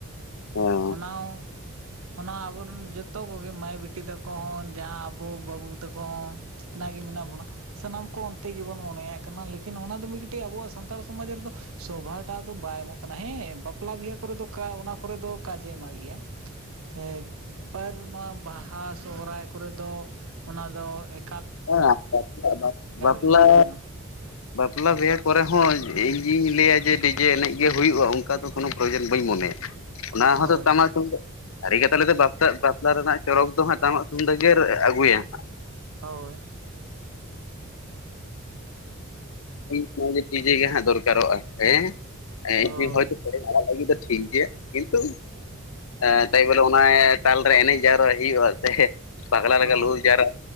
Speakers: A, on the left; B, on the right.
A: <inaudible>
B: ᱥᱟᱶ ᱚᱱᱟ ᱟᱵᱚᱨᱮᱱ ᱡᱚᱛᱚ ᱠᱚᱜᱮ ᱢᱟᱹᱭ ᱵᱤᱴᱤ ᱛᱟᱠᱚ ᱦᱚᱸ ᱡᱟᱦᱟᱸ ᱟᱵᱚ ᱵᱟᱹᱵᱩ ᱛᱟᱠᱚ ᱦᱚᱸ <unintelligible> ᱜᱮ ᱢᱮᱱᱟᱜ ᱵᱚᱱᱟ ᱥᱟᱱᱟᱢ ᱠᱚ ᱚᱱᱛᱮ ᱜᱮᱵᱚᱱ ᱢᱚᱱᱮᱭᱭᱟᱜ ᱠᱟᱱᱟ ᱞᱮᱠᱤᱱ ᱚᱱᱟ ᱫᱚ ᱢᱤᱫ ᱡᱩᱴᱤᱡ ᱟᱵᱚᱣᱟᱜ ᱥᱟᱱᱛᱟᱲ ᱥᱚᱢᱟᱡᱽ ᱨᱮᱫᱚ ᱥᱚᱵᱷᱟᱴᱟᱜ ᱫᱚ ᱵᱟᱭ ᱮᱢᱚᱜ ᱠᱟᱱᱟ ᱦᱮᱸ ᱵᱟᱯᱞᱟ ᱵᱤᱦᱟᱹ ᱠᱚᱨᱮ ᱫᱚ ᱚᱱᱟ ᱠᱚᱨᱮ ᱫᱚ ᱠᱟᱡᱮ ᱮᱢᱟᱜ ᱜᱮᱭᱟ ᱦᱮᱸ ᱛᱟᱣ ᱨᱮ ᱱᱚᱣᱟ ᱵᱟᱦᱟ ᱥᱚᱦᱚᱨᱟᱭ ᱠᱚᱨᱮ ᱫᱚ ᱚᱱᱟ ᱫᱚ ᱮᱠ
A: ᱦᱮᱸ ᱵᱟᱯᱞᱟ ᱵᱟᱯᱞᱟ
B: ᱜᱮ ᱵᱩᱡᱩᱜ ᱠᱟᱱᱟ
A: ᱵᱟᱯᱞᱟ ᱵᱤᱦᱟᱹ ᱠᱚᱨᱮ ᱦᱚᱸ ᱤᱧ ᱜᱤᱧ ᱞᱟᱹᱭᱟ ᱡᱮ ᱰᱤᱡᱮ ᱮᱱᱮᱡ ᱜᱮ ᱦᱩᱭᱩᱜᱼᱟ ᱚᱱᱠᱟ ᱫᱚ ᱠᱳᱱᱳ ᱯᱨᱚᱭᱳᱡᱚᱱ ᱵᱟᱹᱧ ᱢᱚᱱᱮᱭᱟ ᱚᱱᱟ ᱦᱚᱸᱛᱚ
B: ᱦᱳᱭ
A: ᱴᱟᱢᱟᱠ ᱛᱩᱢᱫᱟᱜ ᱥᱟᱹᱨᱤ ᱠᱟᱛᱷᱟ ᱞᱟᱹᱭ ᱫᱚ ᱵᱟᱯᱞᱟ ᱵᱟᱯᱞᱟ ᱨᱮᱱᱟᱜ ᱪᱚᱨᱚᱠ ᱫᱚ ᱦᱟᱸᱜ ᱴᱟᱢᱟᱠ ᱛᱩᱢᱫᱟᱹᱜᱮ ᱟᱹᱜᱩᱭᱟ ᱦᱟᱸᱜ
B: ᱦᱳᱭ
A: ᱟᱫᱚ <unintelligible> ᱰᱤᱡᱮ ᱜᱮ ᱦᱟᱸᱜ ᱫᱚᱨᱠᱟᱨᱚᱜᱼᱟ ᱦᱮᱸ,
B: ᱦᱳᱭ
A: ᱮᱢᱱᱤ ᱦᱳᱭᱛᱚ ᱥᱮᱨᱮᱧ ᱟᱲᱟᱜ ᱞᱟᱹᱜᱤᱫ ᱫᱚ ᱴᱷᱤᱠ ᱜᱮᱭᱟ ᱠᱤᱱᱛᱩ ᱮᱸ ᱛᱟᱭ ᱵᱚᱞᱮ ᱚᱱᱟ ᱛᱟᱞᱨᱮ ᱮᱱᱮᱡ ᱡᱟᱣᱨᱟᱭ ᱦᱩᱭᱩᱜᱼᱟ ᱥᱮ ᱯᱟᱜᱽᱞᱟ
B: ᱦᱳᱭ
A: ᱞᱮᱠᱟ ᱞᱩᱦᱩᱠ ᱡᱟᱣᱨᱟᱭ